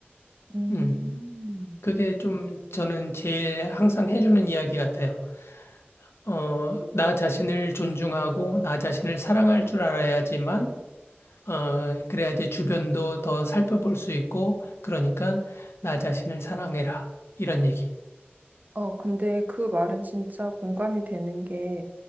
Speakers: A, on the right; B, on the left.
A: 음.
B: 음, 그게 좀 저는 제일 항상 해주는 이야기 같아요. 어, 나 자신을 존중하고 나 자신을 사랑할 줄 알아야지만 어, 그래야지 주변도 더 살펴볼 수 있고 그러니까 나 자신을 사랑해라. 이런 얘기.
A: 어, 근데 그 말은 진짜 공감이 되는 게